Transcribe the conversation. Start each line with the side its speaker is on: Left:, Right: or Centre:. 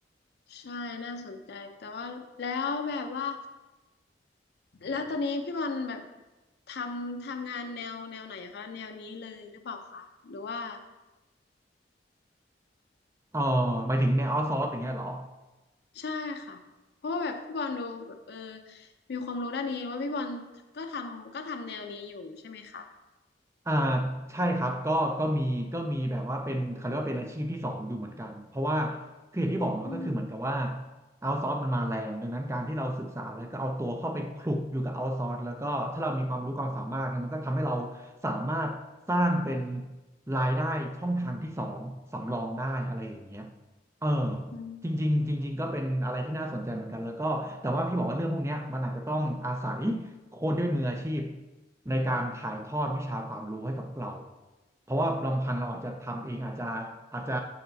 Left: ใช่น่าสนใจแต่ว่าแล้วแบบว่า แล้วตอนนี้พี่บอลแบบทำทำงานแนวแนวไหนอะคะแนวนี้เลยหรือเปล่าคะหรือว่า
Right: เออหมายถึงในเอาซอร์สอย่างเงี้ยเหรอ
Left: ใช่ค่ะเพราะว่าแบบพี่บอลดูแบบเออมีความรู้ด้านนี้ว่าพี่บอลก็ทำก็ทำแนวนี้อยู่ใช่ไหมคะ
Right: อ่าใช่ครับก็ก็มีก็มีแบบว่าเป็นเขาเรียกว่าเป็นอาชีพที่สองอยู่เหมือนกันเพราะว่าคืออย่างที่บอกเนาะก็คือเหมือนกับว่า
Left: อืม
Right: เอาซอสมันมาแรงดังนั้นการที่เราศึกษาแล้วก็เอาตัวเข้าไปคลุกอยู่กับเอาซอสแล้วก็ถ้าเรามีความรู้ความสามารถเนี่ยมันก็ทำให้เราสามารถสร้างเป็นรายได้ช่องทางที่สองสำรองได้อะไรอย่างเงี้ยเออ
Left: อืม
Right: จริงๆจริงๆก็เป็นอะไรที่น่าสนใจเหมือนกันแล้วก็แต่ว่าพี่บอกว่าเรื่องพวกเนี้ยมันอาจจะต้องอาศัยคนที่เป็นมืออาชีพในการถ่ายทอดวิชาความรู้ให้กับพวกเราเพราะว่าลำพังเราอาจจะทำเองอาจจะอาจจะ